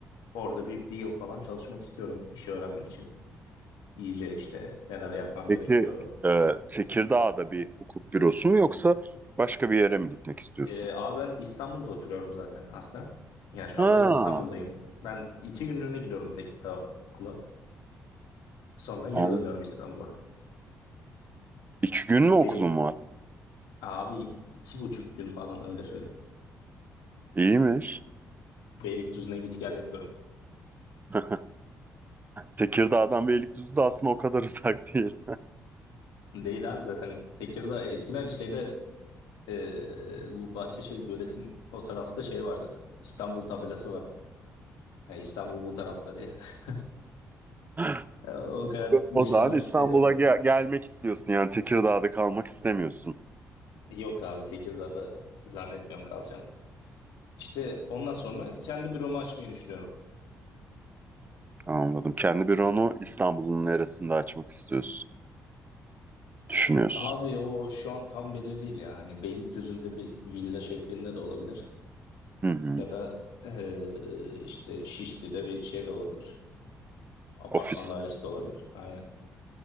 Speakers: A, on the left; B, on the right.
A: orada bir, bir yıl falan çalışmak istiyorum işi öğrenmek için. İyice işte neler yapmam
B: Peki
A: gerekiyor,
B: e, Tekirdağ'da bir hukuk bürosu mu yoksa başka bir yere mi gitmek istiyorsun?
A: Ee, abi ben İstanbul'da oturuyorum zaten aslen. Yani şu
B: Ha,
A: anda İstanbul'dayım. Ben iki günlüğüne gidiyorum Tekirdağ okula. Sonra geri
B: anladım.
A: dönüyorum İstanbul'a.
B: İki gün mü okulun
A: Be
B: var?
A: abi iki buçuk gün falan öyle söyleyeyim.
B: İyiymiş.
A: Beylikdüzü'ne git gel yapıyorum.
B: <laughs> Tekirdağ'dan Beylikdüzü de aslında o kadar uzak değil.
A: Değil abi zaten Tekirdağ eskiden şeyde e, bu Bahçeşehir Gölet'in o tarafta şey vardı. İstanbul tabelası vardı. Yani İstanbul bu tarafta diye. <laughs>
B: <laughs>
A: O kadar
B: O
A: dışlanmış
B: zaman İstanbul'a
A: hissediyoruz.
B: gel-
A: yani.
B: gelmek istiyorsun yani Tekirdağ'da kalmak istemiyorsun.
A: Yok abi Tekirdağ'da zannetmiyorum kalacağım. İşte ondan sonra kendi büromu açmayı düşünüyorum.
B: Anladım. Kendi büronu İstanbul'un neresinde açmak istiyorsun? Düşünüyorsun.
A: Abi o şu an tam belli değil ya. Hani Beylikdüzü'nde bir villa şeklinde de olabilir.
B: Hı hı.
A: Ya da eee, işte Şişli'de bir şey de olabilir. Apartman
B: Ofis.
A: dairesi de olabilir. Aynen.